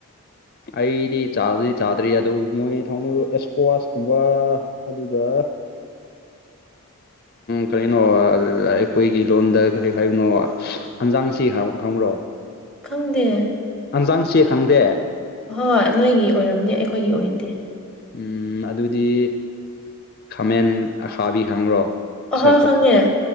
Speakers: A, on the left; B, in the centre.
A: ꯑꯩꯗꯤ ꯆꯥꯗꯤ ꯆꯥꯗ꯭ꯔꯤ ꯑꯗꯨ ꯃꯣꯏ ꯊꯃꯣꯏꯗ ꯑꯦꯁꯀꯣꯋꯥꯁꯀꯨꯝꯕ ꯑꯗꯨꯒ
B: <unintelligible>
A: ꯀꯔꯤꯅꯣ ꯑꯩꯈꯣꯏꯒꯤ ꯂꯣꯟꯗ ꯀꯔꯤ ꯍꯥꯏꯅꯣ ꯍꯟꯖꯥꯡꯁꯤ ꯈꯪꯕ꯭ꯔꯣ
B: ꯈꯪꯗꯦ
A: ꯍꯟꯖꯥꯡꯁꯤꯦ ꯈꯪꯗꯦ
B: ꯍꯣꯏ ꯅꯣꯏꯒꯤ ꯑꯣꯏꯔꯝꯅꯦ ꯑꯩꯈꯣꯏꯒꯤ ꯑꯣꯏꯗꯦ
A: ꯎꯝ ꯑꯗꯨꯗꯤ ꯈꯥꯃꯦꯟ ꯑꯁꯥꯕꯤ ꯈꯪꯕ꯭ꯔꯣ
B: ꯑꯍꯣꯏ
A: ꯁꯥꯔꯀꯜ
B: ꯈꯪꯉꯦ
A: ꯑꯣꯏꯕ